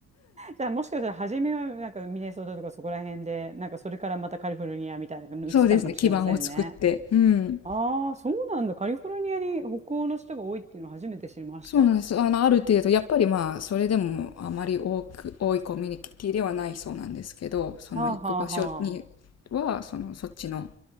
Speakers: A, on the right (about 20°); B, on the left (about 55°).
A: じゃあもしかしたら初めはなんかミネソタとかそこら辺で、なんかそれからまたカリフォルニアみたいなのに移ったのかもしれませんね。
B: そうですね基盤を作って。うん
A: ああ、そうなんだ。カリフォルニアに北欧の人が多いっていうのを初めて知りました。
B: そうなんです。
A: は
B: あの、ある程度、やっぱりまあ、それでもあまり多く、多いコミュニティではないそうなんですけど、その行く場所には、
A: あはあは
B: その、そっちの